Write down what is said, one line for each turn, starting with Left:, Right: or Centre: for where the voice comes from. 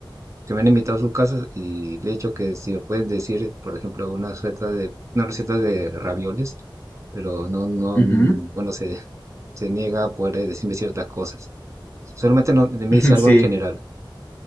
Right: que me han invitado a sus casas y le he dicho que si me pueden decir, por ejemplo, una receta de, una receta de ravioles, pero no, no,
Left: Ujú,
Right: n- bueno, se, se niega a poder eh, decirme ciertas cosas. Solamente no- me
Left: <laughs>
Right: dice algo
Left: Sí.
Right: en general.